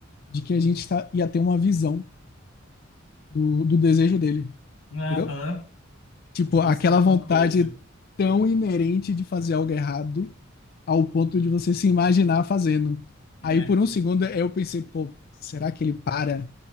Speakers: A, on the left; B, on the left.
A: de que a gente tá, ia ter uma visão do, do desejo dele,
B: Aham.
A: entendeu? Tipo,
B: Pensei
A: aquela
B: a mesma
A: vontade
B: coisa.
A: tão inerente de fazer algo errado ao ponto de você se imaginar fazendo.
B: É.
A: Aí por um segundo eu pensei, pô, será que ele para?